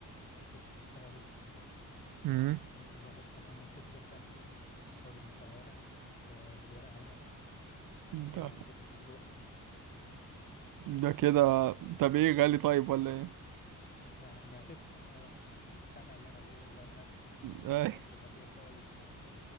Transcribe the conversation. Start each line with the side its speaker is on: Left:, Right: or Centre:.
Left: مفروشة تحتها رز
Right: امم
Left: ممكن بقى بص يا معلم تطلب جنبه طاجن كوارع ب- بالورق عنب طلع
Right: ده
Left: تطلب سجق
Right: ده كده طب ايه غالي طيب ولا
Left: يعني هتدفع اه انت سامع اللي انا بقوله بقى الاكل
Right: ايه
Left: مش اكل
Right: <laughs>
Left: طبيعي خالص ده